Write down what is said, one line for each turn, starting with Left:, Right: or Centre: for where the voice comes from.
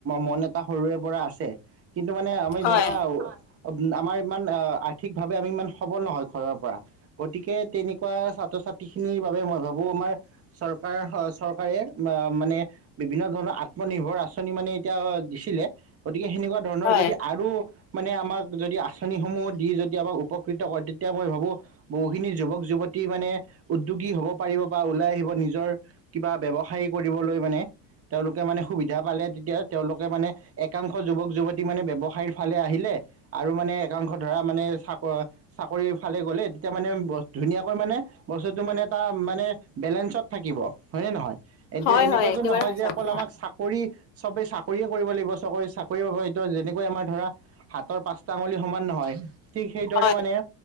Right: মন এটা সৰুৰে পৰা আছে। কিন্তু মানে আমি
Left: হয়
Right: ধৰা আমাৰ ইমান আৰ্থিকভাৱে আমি ইমান সবল নহয় ঘৰৰ পৰা। গতিকে তেনেকুৱা ছাত্ৰ-ছাত্ৰী খিনিৰ বাবে মই ভাবোঁ আমাৰ চৰকাৰ হ চৰকাৰে বা মানে বিভিন্ন ধৰণৰ আত্মনিৰ্ভৰ আঁচনি মানে এতিয়া দিছিলে, গতিকে সেনেকুৱা ধৰণৰ
Left: হয়
Right: যদি আৰু মানে আমাক যদি আঁচনিসমূহ দি যদি আমাক উপকৃত কৰে, তেতিয়া মই ভাবোঁ বহুখিনি যুৱক-যুৱতী মানে উদ্যোগী হ'ব পাৰিব বা ওলাই আহিব নিজৰ কিবা ব্যৱসায় কৰিবলৈ মানে তেওঁলোকে মানে সুবিধা পালে তেতিয়া তেওঁলোকে মানে একাংশ যুৱক-যুৱতী মানে ব্যৱসায়ীৰ ফালে আহিলে, আৰু মানে একাংশ ধৰা মানে চাক চাকৰি ফালে গ'লে, তেতিয়া মানে ধুনীয়াকৈ মানে বস্তুতো মানে এটা মানে বেলেঞ্চত থাকিব। হয় নে নহয়? এতিয়া
Left: হয়
Right: এনেকুৱাতো
Left: হয় একেবাৰে
Right: নহয়
Left: সঁচা
Right: যে অকল
Left: কথা
Right: আমাক চাক কৰি, চবেই চাকৰিয়ে কৰিব লাগিব, চব চাকৰি পাব, সেইটো যেনেকৈ আমাৰ ধৰা হাতৰ পাঁচটা আঙুলি সমান নহয়, ঠিক সেইদৰে
Left: হয়।
Right: মানে